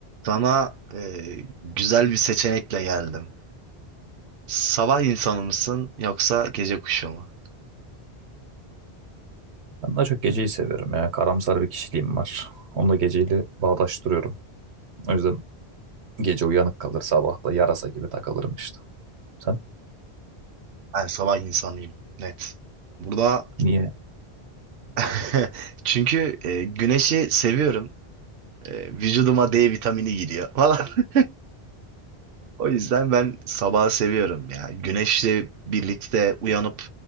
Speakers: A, on the right; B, on the right.
A: Sana e, güzel bir seçenekle geldim. Sabah insanı mısın yoksa gece kuşu mu?
B: Ben daha çok geceyi seviyorum ya. Karamsar bir kişiliğim var. Onu da geceyle bağdaştırıyorum. O yüzden gece uyanık kalır sabah da yarasa gibi takılırım işte. Sen
A: Ben sabah insanıyım, net. Burada
B: niye?
A: <laughs> çünkü e, güneşi seviyorum. E, vücuduma D vitamini giriyor falan. <laughs> O yüzden ben sabahı seviyorum ya. Güneşle birlikte uyanıp